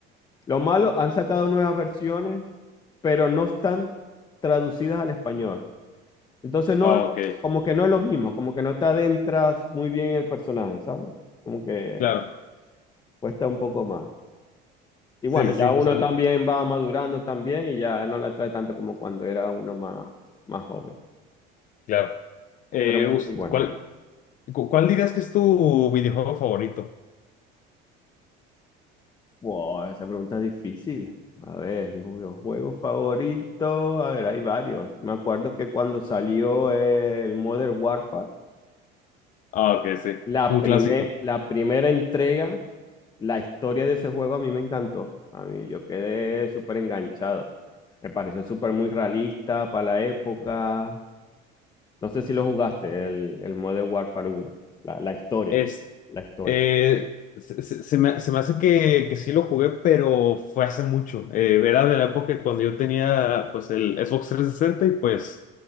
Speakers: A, on the left; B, on the left.
A: Lo malo, han sacado nuevas versiones, pero no están traducidas al español. Entonces, no,
B: Ah, ok,
A: como que no es lo mismo, como que no te adentras muy bien en el personaje, ¿sabes? Como que
B: claro.
A: cuesta un poco más. Y
B: Sí,
A: bueno,
B: sí, sí.
A: ya uno
B: no, o sea,
A: también
B: no,
A: va madurando también y ya no la trae tanto como cuando era uno más, más joven.
B: claro. Eh,
A: Pero muy
B: us-
A: bueno.
B: ¿cuál, cu- cuál dirías que es tu videojuego favorito?
A: Wow, esa pregunta es difícil. A ver, mi juego favorito. A ver, hay varios. Me acuerdo que cuando salió el Modern Warfare,
B: Ah, ok, sí.
A: La
B: Un
A: primer-
B: clásico.
A: la primera entrega, la historia de ese juego a mí me encantó. A mí yo quedé súper enganchado. Me pareció súper muy realista para la época. No sé si lo jugaste, el, el Modern Warfare uno la, la historia,
B: Es,
A: la historia.
B: eh, se, se- se me, se me hace que, que sí lo jugué, pero fue hace mucho. Eh, era de la época cuando yo tenía pues el Xbox trescientos sesenta y pues